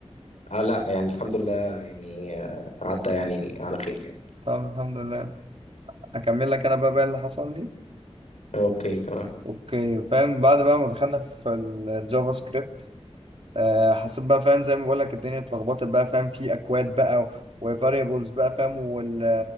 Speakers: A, on the left; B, on the right.
A: آه لا يعني الحمد لله يعني آه، عدى يعني على خير يعني
B: طب الحمد لله هكمل لك انا بقى بقى اللي حصل لي
A: اوكي تمام
B: اوكي فاهم بعد بقى ما دخلنا في الجافا سكريبت آه حسيت بقى فاهم زي ما بقول لك الدنيا اتلخبطت بقى فاهم في اكواد بقى وفاريبلز بقى فاهم وال